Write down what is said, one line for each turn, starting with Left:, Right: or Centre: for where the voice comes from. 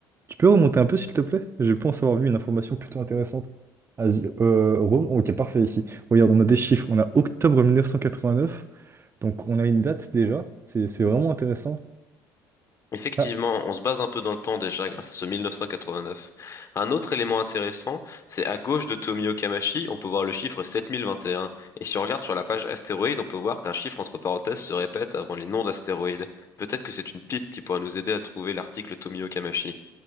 Right: tu peux remonter un peu s'il te plaît? Je pense avoir vu une information plutôt intéressante. Asie- euh, Rome, ok, parfait ici. Regarde, on a des chiffres. On a octobre 1989, donc on a une date déjà. C'est c'est vraiment intéressant.
Left: Effectivement,
Right: Ah,
Left: on se base un peu dans le temps déjà grâce à ce 1989. Un autre élément intéressant, c'est à gauche de Tomio Kamashi, on peut voir le chiffre 7021. Et un. Et si on regarde sur la page astéroïde, on peut voir qu'un chiffre entre parenthèses se répète avant les noms d'astéroïdes. Peut-être que c'est une piste qui pourrait nous aider à trouver l'article Tomio Kamashi.